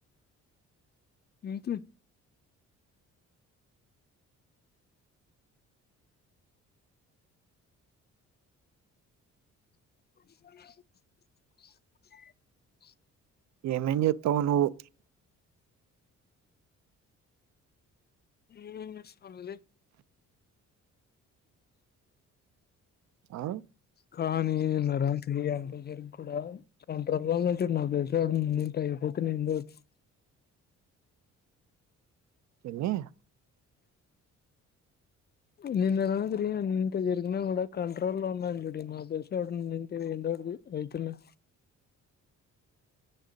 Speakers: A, on the left (about 35°); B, on the right (about 65°).
A: ఇంతే <unintelligible>
B: ఏమేం చేత్తావో నువ్వు
A: నేనేం జేస్తాను లే
B: ఆ
A: కానీ నిన్న రాత్రి అంతజరిగి కూడా కంట్రోల్లోనుంచి నాకు తెలిసి ఎవడైనా ఉండి ఉంటే అయిపోతిన్ ఏందొకటి.
B: తిన్య
A: నిన్న రాత్రి ఇంత జరిగినా కూడా కంట్రోల్లో లో ఉన్నారు జూడి మాక్ తెల్సినోడు ఉన్నింటే ఏందోకటిది అయితున్నే,